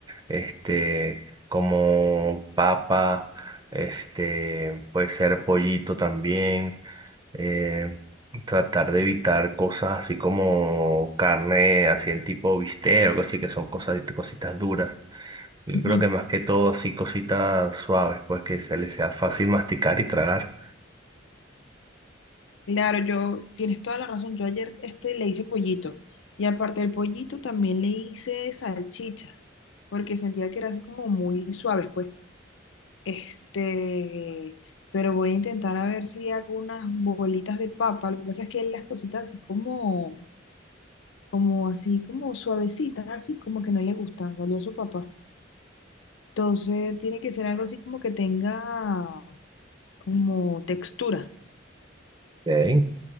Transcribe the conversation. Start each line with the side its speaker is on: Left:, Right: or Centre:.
Right: este, como papa, este, puede ser pollito también. eh, Tratar de evitar cosas así como carne, así en tipo bistec o algo así, que son cosas, cositas duras. Yo
Left: <laughs>
Right: creo que más que todo así cositas suaves, pues que se les sea fácil masticar y tragar.
Left: Claro, yo, tienes toda la razón. Yo ayer este, le hice pollito y aparte del pollito también le hice salchichas porque sentía que era así como muy suave, pues. Este, pero voy a intentar a ver si hago unas bolitas de papa. Lo que pasa es que él las cositas así como, como así como suavecitas, así como que no le gustan, salió su papá. Entonces tiene que ser algo así como que tenga como textura.
Right: Ok,